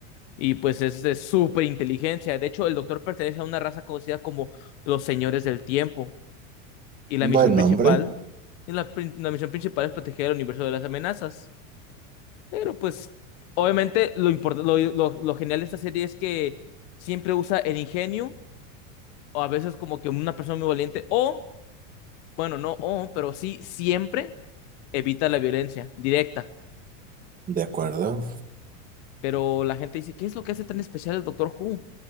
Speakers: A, on the left; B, on the right.
A: Y pues es de súper inteligencia. De hecho, el doctor pertenece a una raza conocida como los señores del tiempo. Y la
B: buen
A: misión principal,
B: nombre,
A: y la, pri- la misión principal es proteger el universo de las amenazas. Pero pues, obviamente, lo, import- lo, lo, lo genial de esta serie es que siempre usa el ingenio, o a veces como que una persona muy valiente, o, bueno, no, o, pero sí, siempre evita la violencia directa.
B: de acuerdo.
A: Pero la gente dice, ¿qué es lo que hace tan especial el Doctor Who?